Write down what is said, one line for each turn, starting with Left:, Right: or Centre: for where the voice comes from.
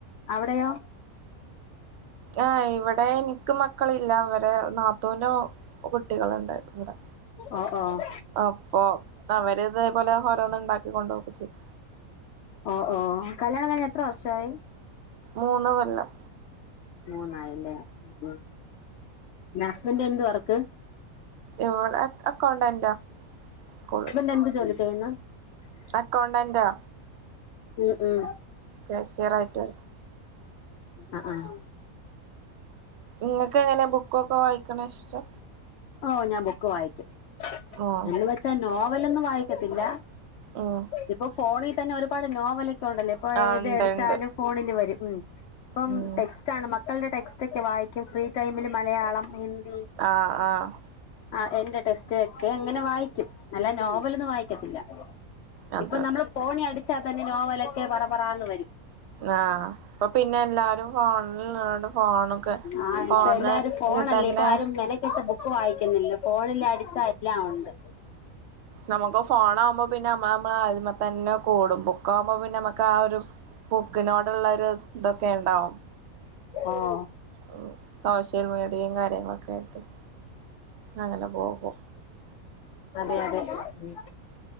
Left: അവിടെയോ
Right: ആഹ് ഇവിടെ എനിക്ക് മക്കളില്ല അവരെ നാത്തൂന്റോ കുട്ടികളെണ്ടാരുന്ന് ഇവിടെ
Left: ആഹ് ആഹ്
Right: അപ്പോ അവര് ഇതേപോലെ ഓരോന്നി ണ്ടാക്കി കൊണ്ടോക്കെ ചെയ്യ്
Left: ആഹ് ഓഹ് കല്യാണം കഴിഞ്ഞ് എത്ര വർഷായി
Right: മൂന്ന് കൊല്ലം
Left: മൂന്നായല്ലേ ഉം ഹസ്ബന്റിനെന്ത് വർക്ക്
Right: ഇവിടെ അക് അക്കൗണ്ടന്റ സ്കൂൾല്
Left: നെന്ത് ജോലി തേങ്ങാ
Right: അക്കൗണ്ടന്റാ
Left: ഉം ഉം
Right: കാശ്യറായിട്ട്
Left: ആഹ് ആഹ്
Right: ഇങ്ങക്കെങ്ങനാ ബുക്കൊക്കെ വായിക്കണ ഇഷ്ടാ
Left: ഓഹ് ഞാൻ ബുക്ക് വായിക്കും
Right: ആഹ്
Left: എന്ന് വെച്ചാ നോവലൊന്നും വായിക്കത്തില്ല
Right: ഓഹ്
Left: ഇപ്പോ ഫോണിൽ തന്നെ ഒരുപാട് നോവലൊക്കെ ഒണ്ടല്ലോ ഇപ്പോ
Right: ആഹ്
Left: ഇത്
Right: ഇണ്ട്
Left: അടിച്ചാലും
Right: ഇണ്ട്
Left: ഫോണില് വരും ഉം ഇപ്പം
Right: ഉം
Left: ടെക്സ്റ്റാണ് മക്കൾടെ ടെക്സ്റ്റെക്കെ വായിക്കും ഫ്രീ ടൈമില് മലയാളം ഹിന്ദ്
Right: ആഹ് ആഹ്
Left: ആഹ് എന്റെ ടെസ്റ്റ് ക്കെ അങ്ങനെ വായിക്കും അല്ല നോവലൊന്ന് വായിക്കത്തില്ല
Right: അതെ
Left: ഇപ്പം നമ്മള് ഫോണി അടിച്ചാ തന്നെ നോവലൊക്കെ പറപറാന്ന് വരും
Right: ആഹ് ഇപ്പപിന്നെ എല്ലാരും ഫോൺല് ഇള്ളോണ്ട് ഫോണൊക്കെ
Left: ആ
Right: ഫോണ്ന്ന്
Left: ഇപ്പൊ എല്ലാരും ഫോണല്ലേ
Right: തന്നെ
Left: ഇപ്പൊ ആരും മെനക്കെട്ട് ബുക്ക് വായിക്കുന്നില്ല ഫോണില് അടിച്ച എല്ലാ ഒണ്ട്
Right: നമക്ക് ഫോണാവുമ്പോ പിന്നെ നമ്മള് നമ്മളായിൽമതന്നെ കൂടും ബു ക്കാവുമ്പോ പിന്നെ നമക്ക്‌ ആ ഒരു ബുക്കിനോടിള്ളോരു ഇതൊക്കെ ഇണ്ടാവും
Left: ആഹ്
Right: ഓഹ് സോഷ്യൽ മീഡിയെ കാര്യങ്ങളൊക്കെ ആയിട്ട് അങ്ങനെ പോകു
Left: അതെഅതെ ഉം